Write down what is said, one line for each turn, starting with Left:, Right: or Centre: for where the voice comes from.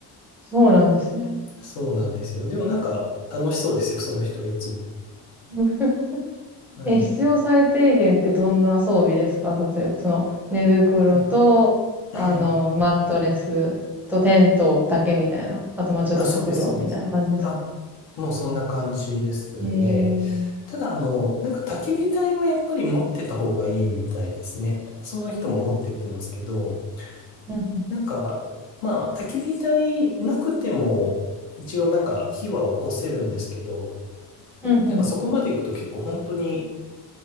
Centre: そうなんですね。
Left: そうなんですよ。でもなんか楽しそうですよ、その人はいつも。
Centre: <laughs>
Left: はい。
Centre: え、必要最低限ってどんな装備ですか例えば、その、寝袋と、
Left: はい。
Centre: あの、
Left: ええ。
Centre: マットレスとテントだけみたいな。あと、まあちょっと食料みたいな感じですか
Left: あ、そうです、そうです。あ、もうそんな感じですね。
Centre: えー。
Left: ただ、あの、なんか焚き火台はやっぱり持ってた方がいいみたいですね。その人も持ってってますけど、
Centre: うん、うん、
Left: なんか、まあ、焚き火台なくても、一応なんか火は起こせるんですけど、
Centre: うん、
Left: なんかそこまで行くと結構本当に、
Centre: うん。